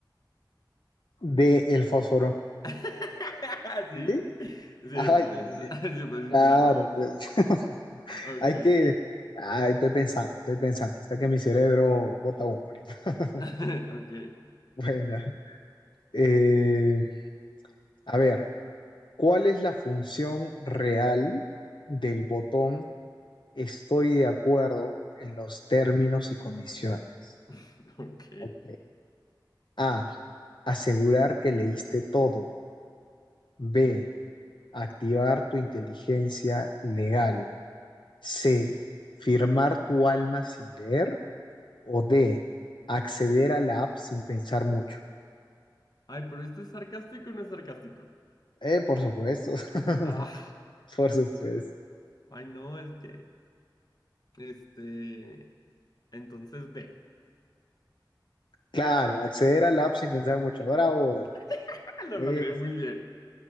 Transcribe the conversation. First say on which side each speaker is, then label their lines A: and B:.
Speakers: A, on the left (about 75°); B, on the left (about 55°).
A: De el fósforo.
B: <laughs> Sí,
A: ¿Sí?
B: sí,
A: Ay,
B: está bien.
A: ya, ya.
B: esa. <laughs> Sí, pues
A: Claro,
B: claro.
A: pues. <laughs>
B: Ok,
A: Hay que... Ay, estoy pensando, estoy pensando. Hasta que mi cerebro bota humo ahorita. <laughs>
B: <laughs> ok,
A: Bueno, eh, a ver, ¿cuál es la función real del botón estoy de acuerdo en los términos y condiciones?
B: <laughs> ok.
A: Ok. A, asegurar que leíste todo. B, activar tu inteligencia legal. C, firmar tu alma sin leer. O D, acceder a la app sin pensar mucho.
B: Ay, pero ¿esto es sarcástico o no es sarcástico?
A: Eh, por supuesto, <laughs>
B: Ah,
A: por supuesto.
B: ay, no, es que... Este, entonces B.
A: Claro, acceder al app sin pensar mucho. Bravo.
B: ¡Ah! <laughs> Lo
A: Es-
B: logré muy bien.